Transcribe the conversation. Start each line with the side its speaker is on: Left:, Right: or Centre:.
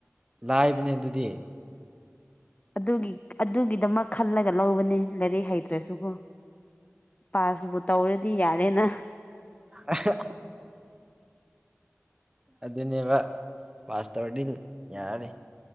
Right: ꯂꯥꯏꯕꯅꯦ ꯑꯗꯨꯗꯤ
Left: ꯑꯗꯨꯒꯤ ꯑꯗꯨꯒꯤꯗꯃꯛ ꯈꯜꯂꯒ ꯂꯧꯕꯅꯦ ꯂꯥꯏꯔꯤꯛ ꯍꯩꯇ ꯇ꯭ꯔꯁꯨꯀꯣ ꯄꯥꯁꯕꯨ ꯇꯧꯔꯗꯤ ꯌꯥꯔꯦꯅ
Right: ꯑꯍ ꯑꯗꯨꯅꯦꯕ ꯄꯥꯁ ꯇꯧꯔꯗꯤ ꯗꯨꯝ ꯌꯥꯔꯅꯤ